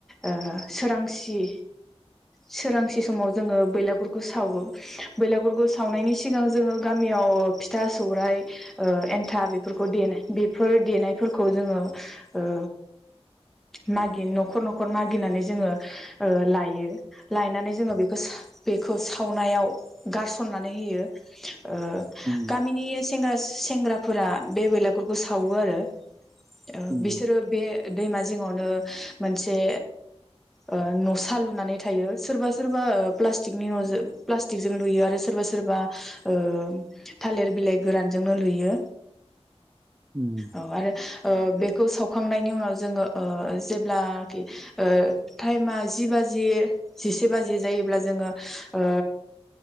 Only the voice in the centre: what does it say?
ओ सोरांसि सोरांसे समाव जोङो बैलागुरखौ सावो बेैलागुरखौ सावनायनि सिगां जोङो गामियाव फिथा सौराय ओ एन्था बेफोरखौ दे बेफोर देनायफोरखौ जोङो ओ मागि न'खर न'खर मागिनानै जोङो ओ लायो। लायनानै जोङो बेखौ बेखौ सावनायाव गारसननानै होयो ओ
गामिनि सेंग्रा सेंग्राफोरा बे बेलागुरखौ सावो आरो। ओ
बिसोरो बे दैमा जिङावनो मोनसे ओ न'सा लुनानै थायो सोरबा सोरबा प्लास्टिकनि न'जो प्लास टिकटों लुयो आरो सोरबा सोरबा ओ थालेर बिलाइ गोरानजोंनो लुयो
औ आरो ओ बेखौ सावखांनायनि उनाव जोङो ओ जेब्लाखि ओ टाइमा जि बाजि जिसे बाजि जायोब्ला जोङो ओ